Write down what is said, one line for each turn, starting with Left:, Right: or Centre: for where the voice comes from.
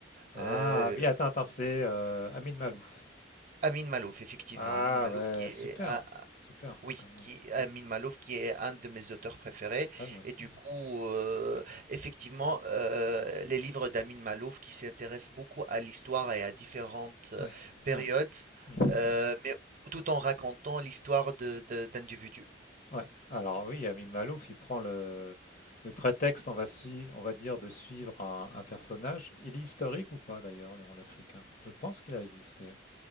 Left: Ah
Right: Euh,
Left: oui, attends, attends, c'est euh, Amin Malouf.
Right: Amin Malouf, effectivement,
Left: Ah
Right: Amin Malouf,
Left: ouais,
Right: qui est
Left: super,
Right: un,
Left: super.
Right: Oui,
Left: quand même.
Right: qui, Amin
Left: Mm.
Right: Malouf, qui est un de mes auteurs préférés.
Left: Ah moi aussi.
Right: Et du coup, euh, effectivement, euh, les livres d'Amin Malouf qui s'intéressent beaucoup à l'histoire et à différentes euh,
Left: Ouais,
Right: périodes,
Left: ouais. ouais. Mhm.
Right: euh, mais tout en racontant l'histoire de, de- d'individus.
Left: Ouais. Alors oui, Amin Malouf, il prend le, le prétexte, on va, sui- on va dire, de suivre un, un personnage. Il est historique ou pas d'ailleurs, Léon l'Africain? Je pense qu'il a existé. hein.